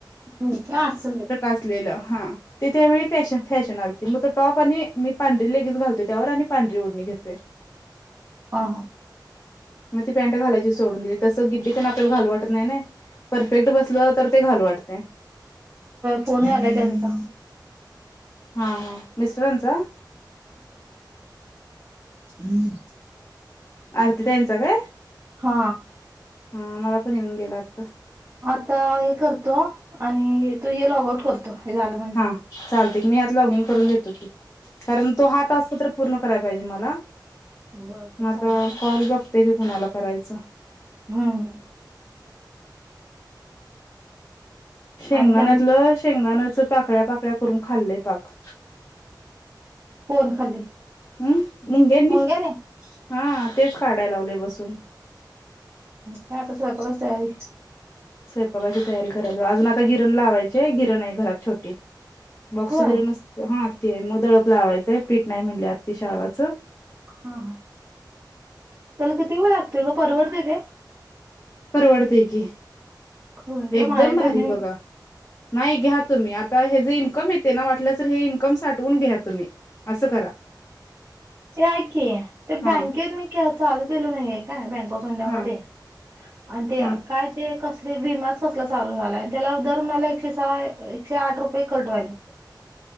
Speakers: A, on the right; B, on the left.
A: ह अससले
B: असले हा ते त्याळी फॅश फॅशन आ मग त टॉप प मी पांढरी ललेगेच घालतोय त्यावर आणि पांढरी ओढणी घेतोय
A: ह
B: मग ती पॅन्ट घालायची सोडून दिली तसं गिड्डी ते आपल्याला घाल वाटत नाही ना परफेक्ट बसलं तर ते घाल वाटते
A: कोोन आलाय त्यांचा
B: हा हा मिस्टरांचा
A: हम्म
B: आरती दयन स का
A: हा
B: हा मला पण येऊन गेलातता
A: आता हे करतो आणि तू हे लॉग आउट करतो हे झालं म्हणजे
B: हा चालतय मी ह्यात लॉग इन करून घेत होते कारण तो हा टास्क तर पूर्ण कराय पाहिजे मला
A: बर बर
B: मग आता
A: चालतय
B: कॉल बघते की कुणाला करायचं
A: हम् ह
B: शेंगदाण्यातलं
A: आणि काय मग
B: शेंगदाानच पाकड्या पाकड्या करून खाल्ले पाक
A: फोन खाली
B: हम् मुंग्यांनी
A: मंग्याने
B: हा तेच काढायला लावलोय बसून.
A: त्याता स्वयंपाकांची तयारी
B: स्वयंपाकाची तयारी करायची अजून आता गिरण लावायचे गिरण आहे घरात छोटे बॉक्स
A: होय
B: वगैरे नसते हा ते आहे मदळाप लावायचंय पीठ नाही म्हणली आती शाळवाचं.
A: हा ह त्याला किती वेळ लागतोय का परवडत ते
B: परवडतय की
A: होय ग
B: एकदम
A: माझ्याकड
B: भारी
A: नाही.
B: बघा नाही घ्या तुम्ही आता हे जे इन्कम येते ना वाटलं तर हे इन्कम साठवून घ्या तुम्ही असं करा.
A: ऐक ते
B: हा
A: बँकेत मी चालू केलो नाहीये काय बँक ुंडा
B: हा
A: म आणि ते
B: हा
A: काय ते कस विमाच कसला चालू झाला त्याला दर म्हणाला एकशे सहा एकशे आठ रुपये कटवायलेत